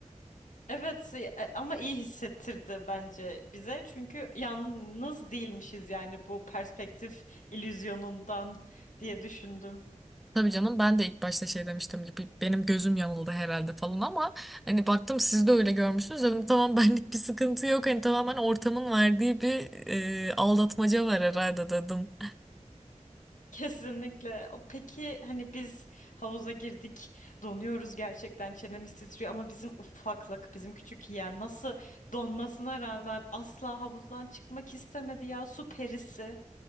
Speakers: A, on the left; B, in the centre.
A: Evet si, e, ama iyi hissettirdi bence bize. Çünkü yalnız değilmişiz yani bu perspektif illüzyonundan diye düşündüm.
B: Tabii canım ben de ilk başta şey demiştim gibi benim gözüm yanıldı herhalde falan ama hani baktım siz de öyle görmüşsünüz dedim tamam benlik bir sıkıntı yok hani tamamen ortamın verdiği bir e, aldatmaca var herhalde dedim.
A: Kesinlikle. O Peki hani biz havuza girdik, donuyoruz gerçekten çenemiz titriyor ama bizim ufaklık, bizim küçük yeğen nasıl donmasına rağmen asla havuzdan çıkmak istemedi ya su perisi.